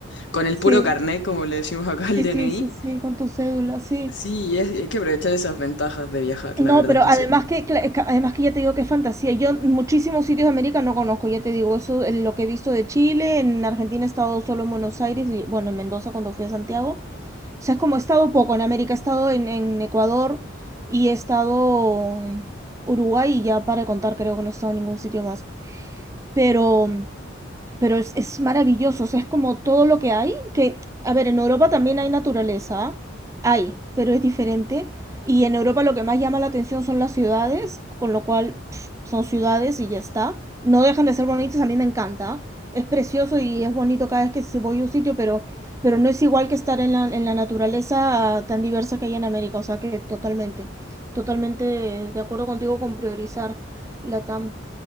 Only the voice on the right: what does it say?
Sí,
sí,
sí, sí, sí, con tu cédula, sí.
No,
pero
además
que, cla- es que- además que ya te digo que es fantasía. Yo muchísimos sitios de América no conozco, ya te digo, eso, eh, lo que he visto de Chile, en Argentina he estado solo en Buenos Aires y bueno, en Mendoza cuando fui a Santiago. O sea, es como he estado poco en América, he estado en, en Ecuador y he estado um, Uruguay y ya para contar creo que no he estado en ningún sitio más. Pero um, pero es, es maravilloso, o sea, es como todo lo que hay, que, a ver, en Europa también hay naturaleza, hay, pero es diferente. Y en Europa lo que más llama la atención son las ciudades, con lo cual pff, son ciudades y ya está. No dejan de ser bonitas, a mí me encanta. Es precioso y es bonito cada vez que si voy a un sitio, pero, pero no es igual que estar en la, en la naturaleza tan diversa que hay en América. O sea que totalmente, totalmente de acuerdo contigo con priorizar la TAM